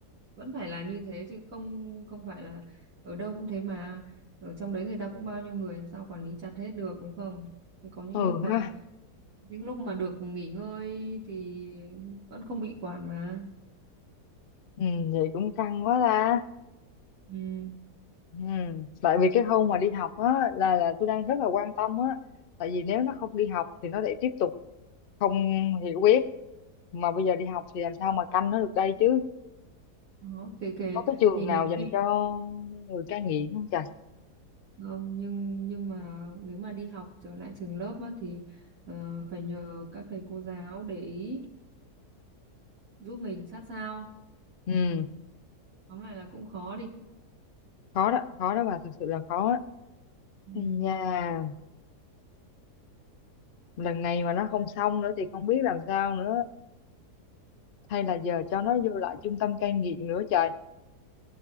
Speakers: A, on the right; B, on the left.
A: vẫn phải là như thế chứ không không phải là ở đâu cũng thế mà ở trong đấy người ta cũng bao nhiêu người làm sao quản lý chặt hết được đúng không có những
B: ừ
A: lúc mà
B: ha
A: những lúc mà được nghỉ ngơi thì vẫn không bị quản mà
B: ừ, vậy cũng căng quá ta
A: ừ.
B: ừ. tại vì cái khâu mà đi học á là là tôi đang rất là quan tâm á tại vì nếu nó không đi học thì nó lại tiếp tục không hiểu biết mà bây giờ đi học thì làm sao mà canh nó được đây chứ
A: đó kể kể
B: có cái trường
A: thì
B: nào
A: mình
B: dành
A: khi
B: cho người cai nghiện không trời
A: không nhưng nhưng mà nếu mà đi học trở lại trường lớp á, thì ờ, phải nhờ các thầy cô giáo để ý giúp mình sát sao
B: ừ
A: tóm lại là cũng khó đi
B: khó đó khó đó bà thật sự là khó á
A: ừ.
B: nhà lần này mà nó không xong nữa thì không biết làm sao nữa hay là giờ cho nó vô lại trung tâm cai nghiện nữa trời